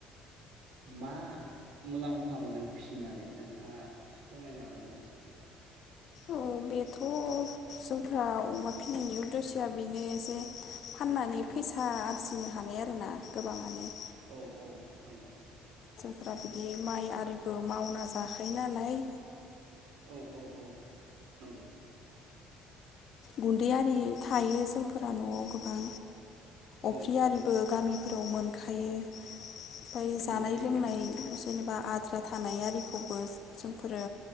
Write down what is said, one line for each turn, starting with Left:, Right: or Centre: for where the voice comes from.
Right: मा मुलाम्फा मोनो फिसिनानै नोंथाङा फोरमायनो हागोन ना?
Left: औ बेथ' जोंफ्रा अमा फिसिनायनि उद्दिस'या बेनो जे फाननानै फैसा आरजिनो हानाय आरोना गोबाङानो।
Right: औ औ नंगौ
Left: फोरा बिदि माइ आरिबो मावना जाखायो नालाय
Right: औ औ औ नंगौ
Left: गुन्दैआरि थायो जोंफोरा न'आव गोबां
Right: औ
Left: अफ्रियारिबो
Right: औ नंगौ
Left: गामिफोराव मोनखायो। ओमफाय
Right: मोनखायो
Left: जानाय लोंनाय जेनेबा आद्रा थानाय आरिखौबो जोंफोरो